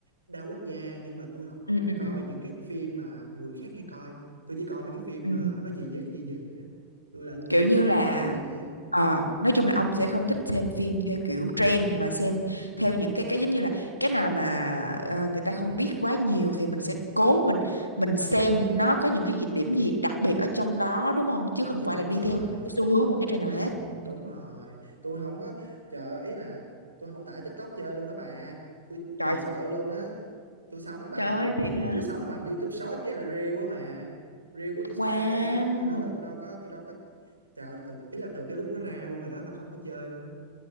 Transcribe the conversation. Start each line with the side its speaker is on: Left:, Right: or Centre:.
Right: đa quốc gia nhưng mà tôi không có
Left: ừ
Right: muốn
Left: ừ
Right: coi
Left: ừ
Right: những cái phim mà người khác hay coi tôi chỉ coi mấy cái phim
Left: ừ.
Right: mà nó dị dị dị dị á tôi là người
Left: kiểu như
Right: coi thích
Left: là
Right: coi dị dị á
Left: ờ, nói chung là ông sẽ không thích xem phim theo kiểu trend mà xem theo những cái cái giống như là cái nào mà ờ, người ta không biết quá nhiều thì mình sẽ cố mình mình xem nó có những cái gì- điểm gì đặc biệt ở trong đó đúng không chứ không
Right: đúng
Left: phải là đi
Right: rồi
Left: theo một cái xu hướng một cái trend nào hết
Right: đúng rồi tôi không có chờ ý là tôi không tải TikTok chơi luôn đó bà tôi
Left: trời
Right: thật sự luôn á tôi sống bằng
Left: Trời ơi thiệt hả?
Right: tôi sống bằng YouTube Short với lại Reel á bà Reel của Instagram
Left: wow
Right: á cho nên là tôi đâu có tôi đâu có chờ từ ý là từ cái lúc nó ra luôn rồi đó là không có chơi luôn á